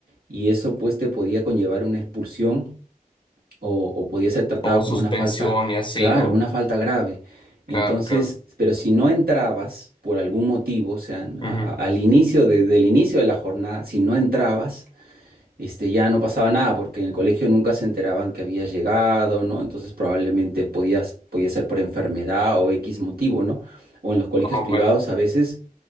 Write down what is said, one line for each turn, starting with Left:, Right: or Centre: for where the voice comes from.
Right: y eso pues te podía conllevar una expulsión o, o podía ser tratado
Left: O suspensión
Right: como una falta,
Left: y así,
Right: claro,
Left: ¿no?
Right: una falta grave. Entonces,
Left: Claro, claro.
Right: pero si no entrabas por algún motivo, o sea, a-
Left: Ujú.
Right: a- al inicio, desde el inicio de la jornada, si no entrabas, este, ya no pasaba nada, porque en el colegio nunca se enteraban que habías llegado, ¿no? Entonces probablemente podías, podía ser por enfermedad o X motivo, ¿no? O en los colegios
Left: Oh,
Right: privados
Left: vale.
Right: a veces